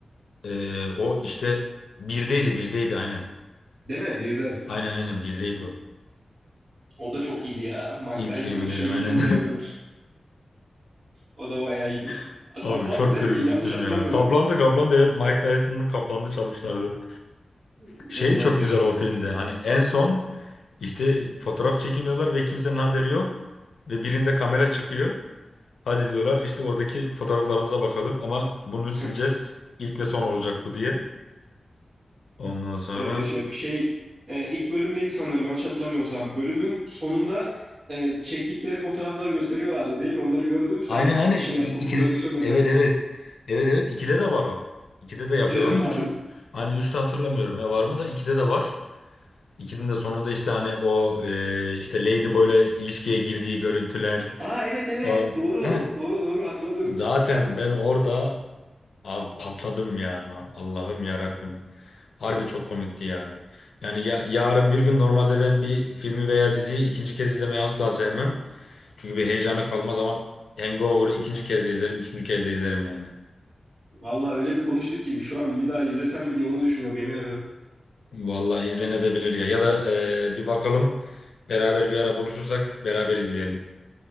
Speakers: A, on the left (about 85°); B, on the right (about 75°).
A: Ee, o işte birdeydi birdeydi aynen.
B: Değil mi? Bir de.
A: Aynen aynen birdeydi o.
B: O da çok iyiydi ya. Mike
A: İlk
B: Tyson'ın
A: filminde
B: şeyiyle
A: de aynen.
B: uyanıyorlar. O da bayağı iyiydi.
A: <laughs> Abi
B: Kaplandı
A: çok
B: değil
A: gülmüştüm
B: mi? Yanlış hatırlamıyorum.
A: ya. Kaplan da Kaplan da evet Mike Tyson'ın Kaplan'da çalmışlardı.
B: İnanılmaz
A: Şey çok
B: ya.
A: güzel o filmde. Hani en son işte fotoğraf çekiniyorlar ve kimsenin haberi yok. Ve birinde kamera çıkıyor. Hadi diyorlar işte oradaki fotoğraflarımıza bakalım ama bunu
B: <laughs>
A: sileceğiz. İlk ve son olacak bu diye. Ondan sonra
B: Orada şey yap- şey e, ilk bölüm neydi sanırım yanlış hatırlamıyorsam. Bölümün sonunda e, çektikleri fotoğrafları gösteriyorlardı değil mi? Onları gördün mü sen
A: Aynen aynen.
B: şey
A: İ-
B: yap
A: İkide,
B: prodüksiyon yazarken?
A: evet evet. Evet evet. İkide de var o. İkide de yapıyorlar
B: İkide de
A: onu.
B: mi var
A: Üçü, hani üçte hatırlamıyorum ya var mı da ikide de var. İkinin de sonunda işte hani o e, işte Ladyboy'la ilişkiye girdiği görüntüler.
B: Aa evet evet
A: On,
B: doğru
A: Heh.
B: doğru doğru hatırladım.
A: Zaten ben orada abi patladım ya. Allah'ım ya Rabbim. Harbi çok komikti ya. Yani ya, yarın bir gün normalde ben bir filmi veya diziyi ikinci kez izlemeyi asla sevmem. Çünkü bir heyecanı kalmaz ama Hangover'ı ikinci kez de izlerim, üçüncü kez de izlerim yani.
B: Vallahi öyle bir konuştuk gibi şu an bir daha izlesem mi diye onu düşünüyorum yemin ederim.
A: Vallahi izlenebilir ya. Ya da e, bir bakalım beraber bir ara buluşursak beraber izleyelim.